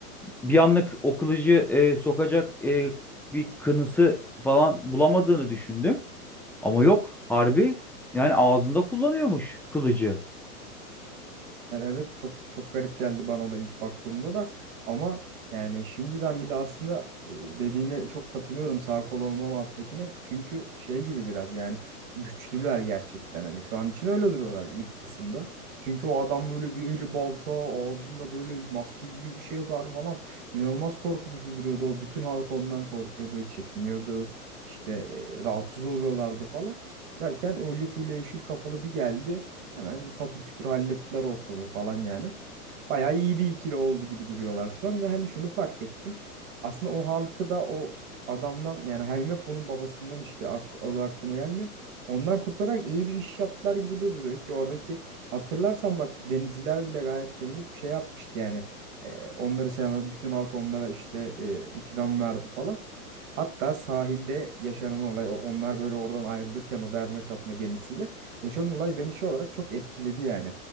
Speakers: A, in the centre; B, on the right.
A: bir anlık o kılıcı e, sokacak e, bir kınısı falan bulamadığını düşündüm. Ama yok harbi yani ağzında kullanıyormuş kılıcı.
B: Yani evet çok çok garip geldi bana da ilk baktığımda da ama yani şimdiden bile aslında e, dediğine çok katılıyorum sağ kol olma muhabbetine. Çünkü şey gibi biraz yani güçlüler gerçekten hani şu an için öyle duruyorlar ilk kısımda. Çünkü o adam böyle bir eli balta ağzında böyle bir maske gibi bir şey var falan inanılmaz korkutucu duruyordu. O bütün halk ondan korkuyordu, çekiniyordu. işte e, rahatsız oluyorlardı falan. Derken o Luffy yeşil kafalı bir geldi. Hemen patır kütür hallettiler ortalığı falan yani. Bayağı iyi bir ikili oldu gibi duruyorlar şu an ve hani şunu fark ettim. Aslında o halkı da o adamdan yani Helmeppo'nun babasından işte ak adı aklıma gelmiyor. Ondan kurtararak iyi bir iş yaptılar gibi de duruyor ki oradaki hatırlarsan bak denizciler bile gayet sevinip şey yapmıştı yani. E, onları sevmez bütün halk onlara işte e, ikram verdi falan. Hatta sahilde yaşanan olay o- onlar böyle oradan ayrılırken o derme çatma gemisiyle Yaşanan olay beni şey olarak çok etkiledi yani.